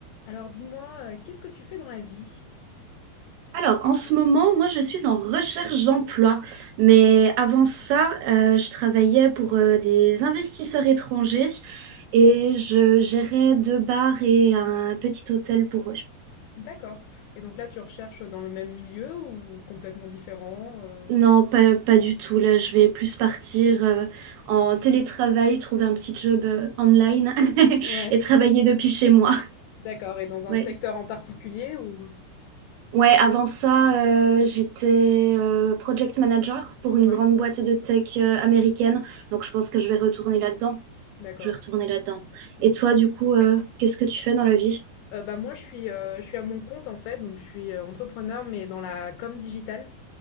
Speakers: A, on the left; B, on the right.
A: Alors dis-moi, euh, qu'est-ce que tu fais dans la vie?
B: Alors, en ce moment, moi, je suis en recherche d'emploi. Mais avant ça, euh, je travaillais pour euh, des investisseurs étrangers et je gérais deux bars et un petit hôtel pour eux.
A: D'accord. Et donc là, tu recherches dans le même milieu ou complètement différent? euh
B: Non, pas, pas du tout. Là, je vais plus partir euh, en télétravail, trouver un petit job euh, online <laughs>
A: Ouais,
B: et travailler depuis chez moi.
A: d'accord. Et dans un
B: Ouais.
A: secteur en particulier ou...
B: Ouais, avant ça, euh, j'étais euh, project manager pour
A: Ouais,
B: une grande boîte de tech euh, américaine. Donc, je pense que je vais retourner là-dedans.
A: d'accord.
B: Je vais retourner là-dedans.
A: Donc,
B: Et toi, du coup, euh, qu'est-ce que tu fais dans la vie?
A: euh, bah moi, je suis, euh, je suis à mon compte en fait, donc je suis euh, entrepreneur, mais dans la com digitale.